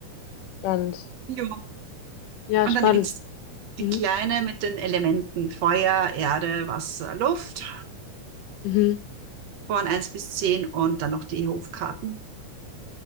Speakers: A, on the left; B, on the right.
A: Spannend.
B: Jo,
A: Ja,
B: Und
A: spannend.
B: dann gibt's die
A: Mhm.
B: kleine mit den Elementen Feuer, Erde, Wasser, Luft
A: Mhm.
B: von eins bis 10 und dann noch die Hofkarten.